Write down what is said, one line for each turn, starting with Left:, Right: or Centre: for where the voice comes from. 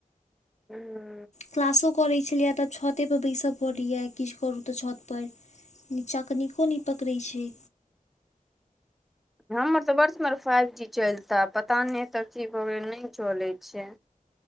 Centre: हूँ।
Left: क्लासो करैत छलियै तब छतेपर बैसय पड़ैए किछु करू तऽ छतपर। नीचाँ कनिको नहि पकड़ै छै।
Centre: हमर तऽ बड सुंदर फाइव जी चलता पता नहितय चीज भऽ गेलै नहि चलैत छै।